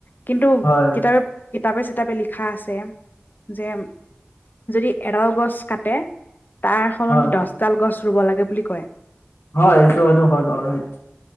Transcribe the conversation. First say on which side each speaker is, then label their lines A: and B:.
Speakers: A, on the left (about 50°); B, on the left (about 80°).
A: কিন্তু
B: হয়
A: কিতাপে কিতাপে চিতাপে লিখা আছে যে যদি এৰাল গছ কাটে তাৰ সলনি
B: হয়
A: দহডাল গছ ৰুব লাগে বুলি কয়
B: হয় সেইটো সেইটো হয় বাৰু সেইটো